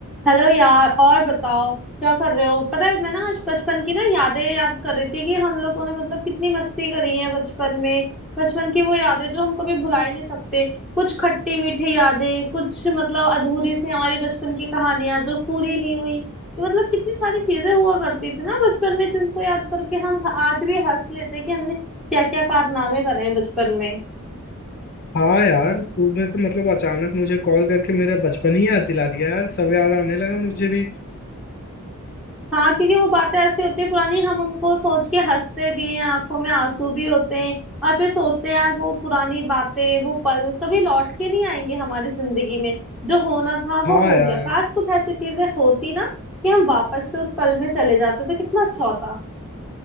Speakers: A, in the centre; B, on the left.
A: Hello यार और बताओ क्या कर रहे हो पता है मैं ना आज बचपन की ना यादें याद कर रही थी कि हम लोगों ने मतलब कितनी मस्ती करी है बचपन में बचपन की वो यादें जो हम कभी भुला ही नहीं सकते कुछ खट्टी मीठी यादें कुछ मतलब अधूरी सी हमारी बचपन की कहानियां जो पूरी नहीं हुई तो मतलब कितनी सारी चीजें हुआ करती थी ना बचपन में जिनको याद करके हम आज भी हंस लेते कि हमने क्या क्या कारनामे करे हैं बचपन में
B: हाँ यार तूने तो मतलब अचानक मुझे कॉल करके मेरा बचपन ही याद दिला दिया यार सब याद आने लगा मुझे भी
A: हाँ क्योंकि वो बातें ऐसी होती है पुरानी हम उनको सोच के हंसते भी हैं आंखों में आंसू भी होते हैं और फिर सोचते हैं यार वो पुरानी बातें वो पल कभी लौट के नहीं आएंगे हमारी जिंदगी में जो होना था वो
B: हाँ
A: हो
B: यार
A: गया काश कुछ ऐसी चीजें होती ना कि हम वापस से उस पल में चले जाते तो कितना अच्छा होता